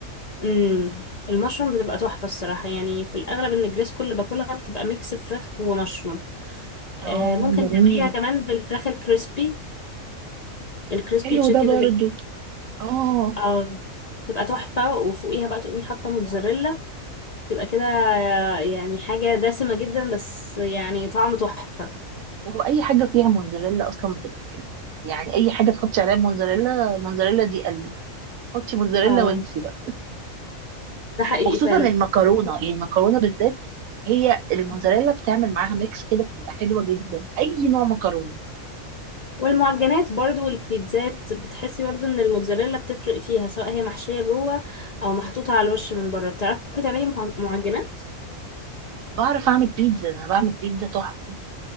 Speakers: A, on the left; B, on the right.
A: مم. المشروم بتبقى تحفه الصراحه يعني في الاغلب ان الجريس كل اللي باكلها بتبقى ميكس فراخ ومشروم
B: اه
A: آه، ممكن
B: جميل
A: تعمليها كمان بالفراخ الكريسبي الكريسبي
B: حلو
A: تشيكن
B: ده برضو
A: اللي
B: اه
A: اه تبقى تحفة وفوقيها بقى تقومي حاطة موتزاريلا تبقى كده آه، يعني حاجة دسمة جدا بس يعني طعم تحفة
B: هو اي حاجه فيها موزاريلا اصلا بتبقى حلوه يعني اي حاجه تحطي عليها موزاريلا موزاريلا دي قلبي حطي موزاريلا
A: اه
B: وانسي بقى
A: ده حقيقي
B: وخصوصا
A: فعلا
B: المكرونه يعني المكرونه بالذات هي الموزاريلا بتعمل معاها ميكس كده بتبقى حلوه جدا اي نوع مكرونه
A: والمعجنات برضو والبيتزات بتحسي برضو ان الموتزاريلا بتفرق فيها سواء هي محشية جوه او محطوطة على الوش من بره بتعرفي تعملي مع- معجنات
B: بعرف اعمل بيتزا انا بعمل بيتزا تحفه